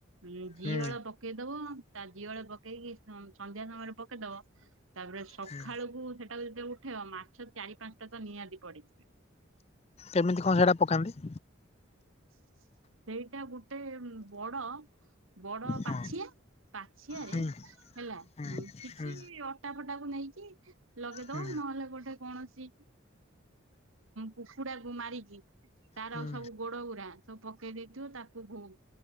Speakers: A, on the right; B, on the left.
A: ଉଁ ଜିଅଳ
B: ହୁଁ
A: ପକେଇଦବ ତା ଜିଅଳ ପକେଇକି ସ-ସନ୍ଧ୍ୟା ସମୟରେ ପକେଇଦବ। ତାପରେ ସଖାଳୁକୁ
B: ହୁଁ
A: ସେଟାକୁ ଯେତବେଳେ ଉଠେଇବ ମାଛ ଚାରି ପାନସାଟା ତ ନିହାତି ପଡିଥିବେ।
B: କେମିତି କଣ ସେଟା ପକାନ୍ତି?
A: ସେଇଟା ଗୋଟେ ବଡ ବଡ
B: ହଁ
A: ପାଛିଆ ପାଛିଆରେ
B: ହୁଁ
A: ହେଲା
B: ହୁଁ
A: କିଛି
B: ହୁଁ
A: ଅଟା ଫଟାକୁ ନେଇ କି ଲଗେଇଦବ
B: ହୁଁ
A: ନହେଲେ ଗୋଟେ କୌଣସି କୁକୁଡାକୁ ମାରିକି ତାର
B: ହୁଁ
A: ସବୁ ଉରା ସବୁ ପକେଇଦେଇଥିବ ତାକୁ ଭୋ